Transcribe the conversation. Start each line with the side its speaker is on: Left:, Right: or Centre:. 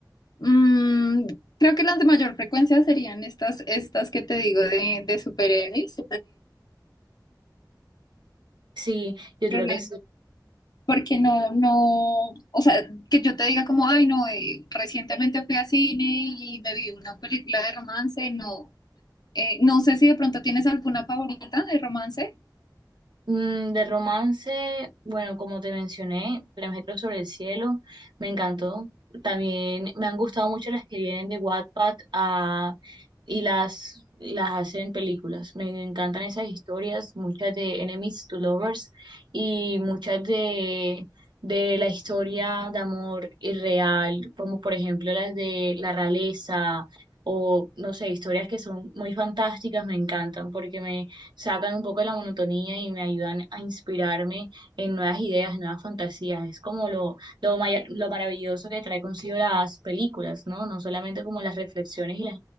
Left: Mm, creo que las de mayor frecuencia serían estas, estas que te digo de, de superhéroes.
Right: Sí, yo
Left: eh,
Right: creo que es
Left: Porque no, no, o sea, que yo te diga como, ay, no, eh, recientemente fui a cine y me vi una película de romance, no, Eh, no sé si de pronto tienes alguna favorita de romance.
Right: Mm, de romance, bueno, como te mencioné, Tres metros sobre el cielo, me encantó. También me han gustado mucho las que vienen de Wattpad ah, y las, las hacen películas. Me encantan esas historias, muchas de Enemies to Lovers y muchas de, de la historia de amor irreal, como por ejemplo las de la realeza o, no sé, historias que son muy fantásticas, me encantan porque me sacan un poco de la monotonía y me ayudan a inspirarme en nuevas ideas, nuevas fantasías. Es como lo, lo, maya- lo maravilloso que trae consigo las películas, ¿no? No solamente como las reflexiones y las